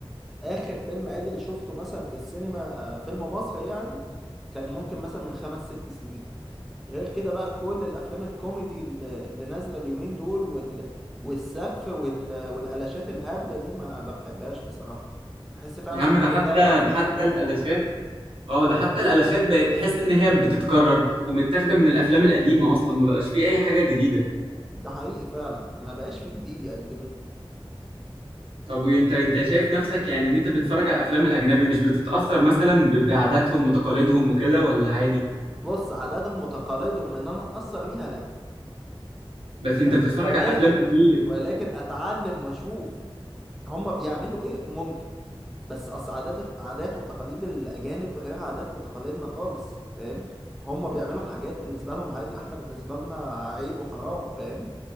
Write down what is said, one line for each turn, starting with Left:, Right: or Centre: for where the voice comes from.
Centre: اخر فيلم عدل شفته مثلا في السينما فيلم مصري يعني كان ممكن مثلا من خمس ست سنين غير كده بقى كل الافلام الكوميدي اللي اللي نازله اليومين دول وال... والسف وال... والقلاشات الهبله دي ما ما بحبهاش بصراحه تحس فعلا
Right: يا عم
Centre: ان انت
Right: ده حتى
Centre: بتضيع ساعتين
Right: ده حتى
Centre: على
Right: الالاشات
Centre: الفاضي
Right: اه ده حتى الالاشات بقت تحس ان هي بتتكرر ومتاخده من الافلام القديمه اصلا ما بقاش فيه اي حاجه جديده
Centre: ده حقيقي فعلا ما بقاش فيه جديد يقدموه
Right: طب وانت انت شايف نفسك يعني ان انت بتتفرج على الافلام الاجنبي مش بتتاثر مثلا ب- بعاداتهم وتقاليدهم وكده ولا عادي
Centre: بص عاداتهم وتقاليدهم ان انا اتاثر بيها لا
Right: بس
Centre: فاهم
Right: انت بتتفرج
Centre: ولكن
Right: على افلام كتير
Centre: ولكن اتعلم واشوف هم بيعملوا ايه ممكن بس اصل عادات عادات وتقاليد الاجانب غير عادات وتقاليدنا خالص فاهم هم بيعملوا حاجات بالنسبه لهم عادي احنا بالنسبه لنا عيب وحرام فاهم